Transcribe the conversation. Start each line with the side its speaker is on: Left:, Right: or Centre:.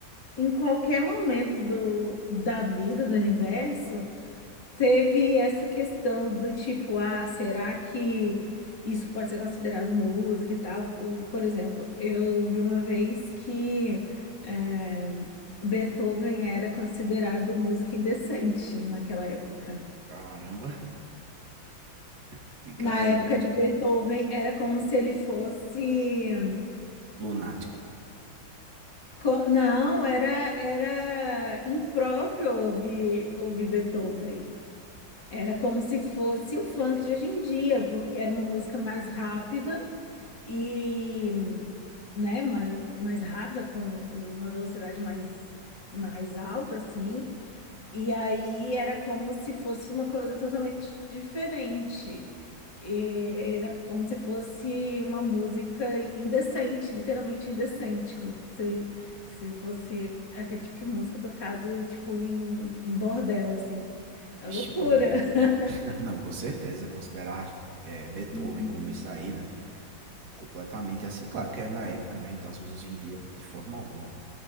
Left: em qualquer momento do, da vida, do universo, Teve essa questão do tipo, ah, será que isso pode ser considerado música e tal? Por por exemplo, eu vi uma vez que eh, Beethoven era considerado música indecente naquela época.
Right: Caramba, <laughs> diga
Left: Na
Right: aí.
Left: época de Beethoven, era como se ele fosse.
Right: Lunático.
Left: co- Não, era, era impróprio ouvir, ouvir Beethoven. Era como se fosse o funk de hoje em dia, porque era uma música mais rápida. e né, mais, mais rápida, com uma velocidade mais, mais alta, assim, e aí era como se fosse uma coisa totalmente diferente. E Era como se fosse uma música indecente, literalmente indecente, como se, se fosse aquele tipo de música tocado, tipo, em, em bordel, assim. A
Right: Vixe
Left: loucura.
Right: Maria.
Left: <laughs>
Right: <laughs> Ah, Não, com certeza, considerar é, Beethoven
Left: Hum,
Right: como isso aí, né? Completamente assim, claro que é na época, né? Então as músicas hoje em dia, de forma alguma.